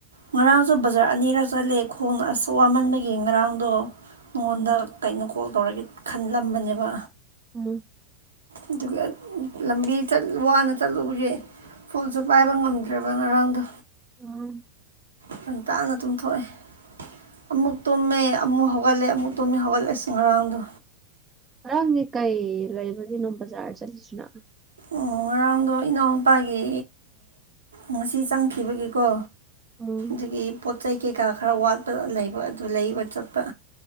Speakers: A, on the right (about 75°); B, on the right (about 20°).
A: ꯉꯔꯥꯡꯁꯨ ꯕꯖꯥꯔ ꯑꯅꯤꯔꯛ ꯆꯠꯂꯦ ꯈꯣꯡꯅ ꯑꯁ ꯋꯥꯃꯟꯕꯒꯤ ꯉꯔꯥꯡꯗꯣ ꯃꯉꯣꯟꯗ
B: ꯎꯝ
A: ꯀꯩꯅꯣ ꯀꯣꯜ ꯇꯧꯔꯒꯦ ꯈꯟꯂꯝꯕꯅꯦꯕ
B: ꯎꯝ
A: ꯑꯗꯨꯒ ꯂꯝꯕꯤ ꯋꯥꯅ ꯆꯠꯂꯨꯕꯒꯤ ꯐꯨꯜꯁꯨ ꯄꯥꯏꯕ ꯉꯝꯗ꯭ꯔꯦꯕ ꯉꯔꯥꯡꯗꯣ
B: ꯑꯝ
A: ꯉꯟ ꯇꯥꯅ ꯇꯨꯝꯊꯣꯛꯑꯦ ꯑꯃꯨꯛ ꯇꯨꯝꯃꯦ ꯑꯃꯨꯛ ꯍꯧꯒꯠꯂꯦ ꯑꯃꯨꯛ ꯇꯨꯝꯃꯦ ꯍꯧꯒꯠꯂꯦ ꯑꯁ ꯉꯔꯥꯡꯗꯣ
B: ꯅꯪꯒꯤ ꯀꯩ ꯂꯩꯕꯒꯤꯅꯣ ꯕꯖꯥꯔ ꯆꯠꯂꯤꯁꯤꯅ
A: ꯑꯣ ꯉꯔꯥꯡꯗꯣ ꯏꯅꯥꯎꯅꯨꯄꯥꯒꯤ ꯉꯁꯤ ꯆꯪꯈꯤꯕꯒꯤꯀꯣ
B: ꯎꯝ
A: ꯗꯨꯒꯤ ꯄꯣꯠ ꯄꯣꯠ ꯆꯩ ꯀꯩꯀꯥ ꯈꯔ ꯋꯥꯠꯄꯅ ꯂꯩꯕ ꯑꯗꯨ ꯂꯩꯕ ꯆꯠꯄ